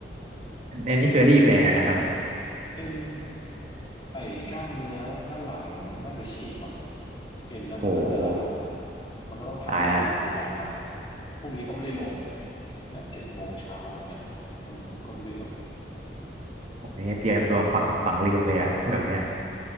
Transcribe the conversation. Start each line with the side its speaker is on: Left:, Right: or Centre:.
Right: ในนี่เคอรี่ไปแล้วนะครับ
Left: เอ็นไอ้กล้ามเนื้อด้านหลังน่าจะฉีกมั้งเอ็นด้านกล้ามเนื้อด้านหลังอ่ะ
Right: โอ้โห
Left: มันก็ต้องพักเป็นสิบกว่าวันอ่ะ
Right: ตายละ
Left: พรุ่งนี้ก็ไม่ได้ลงเนี่ยเจ็ดโมงเช้าวันเนี้ยเออก็ไม่ได้ลง
Right: ผมนี่เตรียมตัวฝังฝังลืมเลยอะแบบเนี้ย